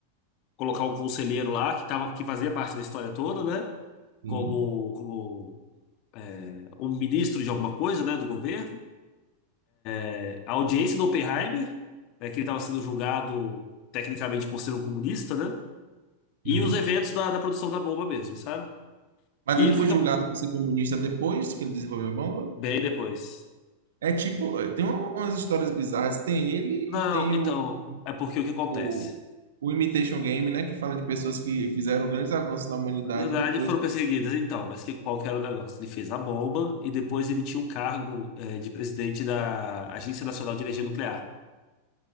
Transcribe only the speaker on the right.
Sim.
Uhum.
Mas
ele foi
julgado por ser comunista depois que ele desenvolveu a bomba.
É tipo, tem um- umas histórias bizarras. Tem ele
e tem
o
o, o Imitation Game, né? Que fala de pessoas que fizeram grandes avanços na humanidade
e depois
o
processo.